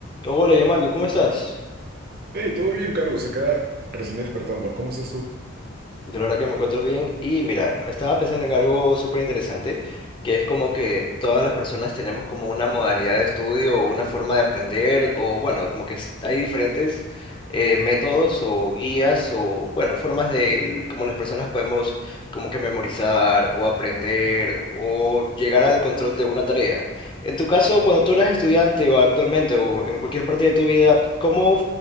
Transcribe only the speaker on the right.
Hey, todo bien, Carlos, acá recién despertando. ¿Cómo estás tú?
Claro.